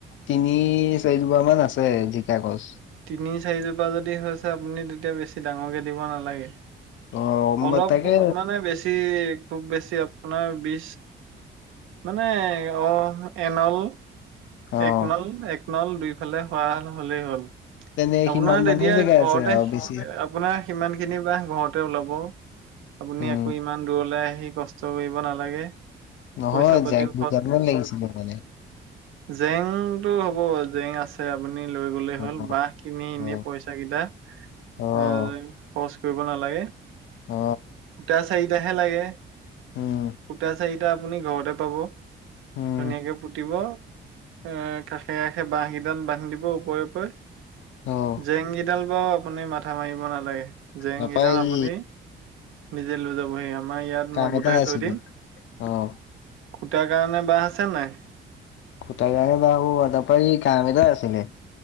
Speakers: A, on the left; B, on the right.
A: তিনি চাৰিজোপাৰ মান আছে জিকা গছ
B: তিনি চাৰিজোপা যদি হৈছে আপুনি তেতিয়া বেছি ডাঙৰকে দিব নালাগে
A: অ',
B: অলপ
A: মই তাকে
B: মানে বেছি খুব বেছি আপোনাৰ বি মানে অ এনল
A: অ',
B: এক নল এক নল দুইফালে হোৱা হলেই হ'ল
A: তেনে
B: আপোনাৰ
A: সিমান মানে
B: তেতিয়া
A: জেগা
B: ঘৰতে
A: আছে আৰু বেছি
B: আপোনাৰ সিমান খিনি বাহ ঘৰতে ওলাব আপুনি
A: উম,
B: আকৌ ইমান দূৰলৈ আহি কষ্ট কৰিব নালাগে
A: নহয়
B: পইচা পাতিও
A: যাকক দুটাৰমানান লাগিছিলে মানে
B: জেংতটো হ'ব বাৰু জেং আছে আপুনি লৈ গলে
A: অ',
B: হ'ল বাহ কিনি এনে
A: অ',
B: পইচা কেইটা এ
A: অ', অ',
B: খচ কৰিব নালাগে
A: অ
B: সূতা চাৰিটাাহে লাগে সূতা
A: উম,
B: চাৰিটা আপুনি ঘৰতে পাব
A: উম,
B: ধুনীয়াকে পুতিব এ কাষে কাষে বহ কেইডাল বান্ধি দিব ওপৰে ওপৰে
A: অ',
B: জেং কেইডাল বা আপুনি মাথা মাৰিব নালাগে জেং
A: তাৰপা
B: কেইটা
A: এই
B: আপুনি নিজে লৈ যাবহি আমাৰ ইয়াত
A: কাম
B: মই গোটাই
A: এটা আছিলে
B: থৈ দিম
A: অ',
B: কুটাৰ কাৰণে বাহ আছে নাই
A: কোটাই জানে বাহু তাৰপৰা কাম এদ আছিলে